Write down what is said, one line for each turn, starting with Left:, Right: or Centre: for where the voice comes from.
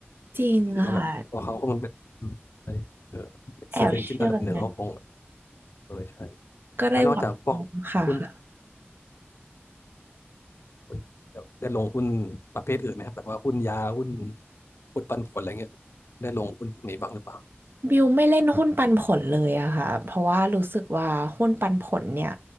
Right: จริงค่ะ
Left: อืมว่าแบบพอเขาคงเป็นอืมใช่เออ
Right: แอบเชื่อแบบนั้น
Left: เซิร์ชเอนจินอันดับหนึ่งก็คง เออใช่
Right: ก็ได้หวัง
Left: แล้วนอกจากพวกหุ้นที่
Right: ค่ะ
Left: คุณได้ลงหุ้นประเภทอื่นไหมครับแบบว่าหุ้นยาหุ้นหุ้นปันผลอะไรเงี้ยได้ลงหุ้นพวกนี้บ้างหรือเปล่า
Right: บิวไม่เล่นหุ้นปันผลเลยอะค่ะเพราะว่ารู้สึกว่าหุ้นปันผลเนี่ย